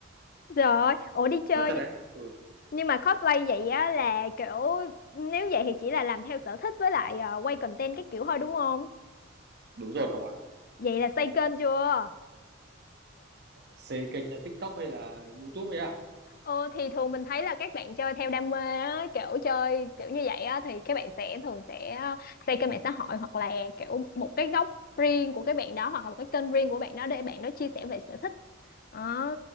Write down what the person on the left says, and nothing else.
<laughs> Rồi, ủa đi chơi
nh-
nhưng mà cosplay vậy á là kiểu nếu vậy thì chỉ là làm theo sở thích với lại ờ, quay content cái kiểu thôi đúng không?
Vậy là xây kênh chưa?
Ờ thì thường mình thấy là các bạn chơi theo đam mê á, kiểu chơi kiểu như vậy á thì các bạn sẽ thường sẽ ờ, xây kênh mạng xã hội hoặc là kiểu một cái góc riêng của các bạn đó hoặc là một cái kênh riêng của bạn đó để bạn đó chia sẻ về sở thích. Đó.